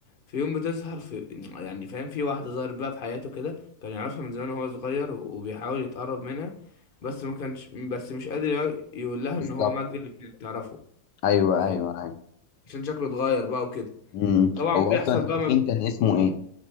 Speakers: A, on the left; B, on the left.
A: في يوم بتظهر في <clears throat> يعني فاهم في واحدة ظهرت بقى في حياته كده كان يعرفها من زمان وهو صغير وبيحاول يتقرب منها بس ما كانش بس مش قادر يقول يقول لها ان
B: بالظبط
A: هو مجدي اللي كانت تعرفه
B: ايوه
A: أنت فاهم
B: ايوه ايوه
A: عشان شكله اتغير بقى وكده
B: مم.
A: طبعا
B: هو
A: بيحصل
B: اصلا التخين
A: بقى
B: كان اسمه ايه؟